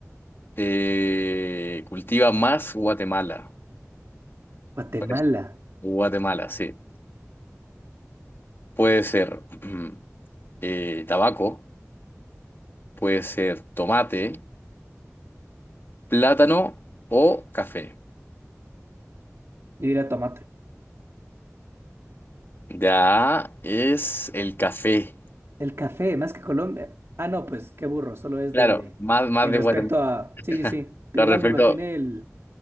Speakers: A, on the left; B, on the right.
A: eh, cultiva más Guatemala?
B: Guatemala.
A: Pues, Guatemala, sí. Puede ser <clears throat> mm, eh, tabaco, puede ser tomate, plátano o café.
B: Yo diría tomate.
A: Ya es el café.
B: El café, más que Colombia. Ah, no, pues qué burro, solo es
A: Claro,
B: de...
A: más, más
B: En
A: de
B: respecto
A: Guatemala.
B: a...
A: <laughs>
B: Sí, sí, sí. Pero
A: Al
B: igual
A: respecto,
B: me imaginé el...